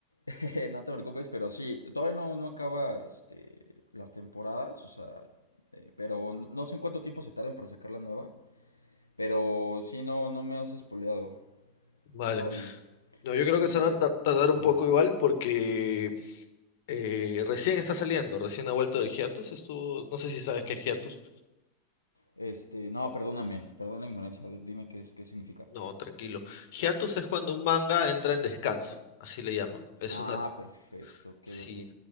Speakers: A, on the left; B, on the left.
A: <laughs> Eh, No te preocupes, pero sí, todavía no, no acaba este, las temporadas, o sea, eh, pero n- no sé en cuánto tiempo se tarden para sacar la nueva, pero sí, no, no me has espoleado,
B: Vale.
A: todo bien.
B: No, yo creo
A: Y
B: que se van
A: es,
B: a tar- tardar un
A: ajá,
B: poco igual porque eh, recién está saliendo, recién ha vuelto del hiatus, estuvo, no sé si sabes qué es hiatus.
A: este, no, perdóname, perdón la ignorancia, dime qué es, qué significa.
B: No, tranquilo. Hiatus es cuando un manga entra en descanso, así le llaman. Es
A: Ah,
B: una,
A: perfecto, ok,
B: sí,
A: ok.